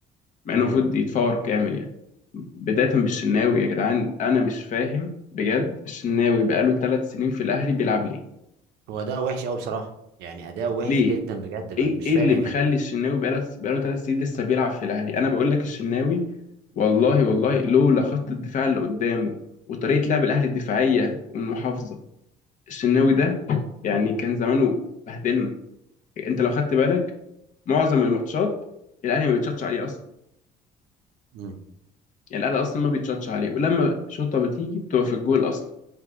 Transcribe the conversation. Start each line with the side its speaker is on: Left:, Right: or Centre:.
Left: مع انه
Right: امم
Left: المفروض يتفور كامل يعني بدايه بالشناوي يا جدعان انا مش فاهم بجد الشناوي بقاله ثلاث سنين في الاهلي بيلعب ليه
Right: هو اداؤه وحش قوي بصراحه يعني اداؤه وحش
Left: ليه
Right: جدا بجد بقى
Left: ايه
Right: مش
Left: ايه
Right: فاهم
Left: اللي مخلي الشناوي بقاله بقاله ثلاث سنين لسه بيلعب في الاهلي انا بقول لك الشناوي والله والله لولا خط الدفاع اللي قدامه وطريقه لعب الاهلي الدفاعيه والمحافظه الشناوي ده يعني كان زمانه بهدلنا انت لو خدت بالك معظم الماتشات الاهلي ما بيتشطش عليه اصلا
Right: امم
Left: يعني الاهلي اصلا ما بيتشطش عليه ولما شوطه بتيجي بتبقى في الجول اصلا